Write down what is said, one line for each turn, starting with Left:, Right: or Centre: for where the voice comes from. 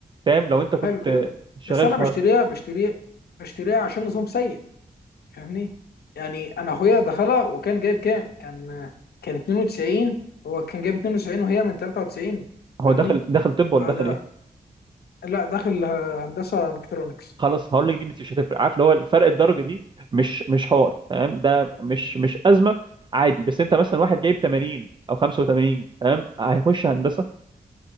Right: فاهم لو انت كنت
Left: حلو حلو
Right: شغال
Left: بس انا
Right: في حوار
Left: بشتريها بشتريها بشتريها عشان نظام سيء فاهمني يعني انا اخويا دخلها وكان جايب كام كان كان 92 هو كان جايب 92 وهي من 93
Right: هو
Left: فاهمني
Right: دخل دخل طب ولا
Left: فده
Right: دخل ايه
Left: لا داخل هندسه ميكاترونكس
Right: خلاص هقول لك دي مش هتفرق عارف اللي هو الفرق الدرجه دي مش مش حوار تمام ده مش مش ازمه عادي بس انت مثلا واحد جايب 80 او 85 تمام هيخش هندسه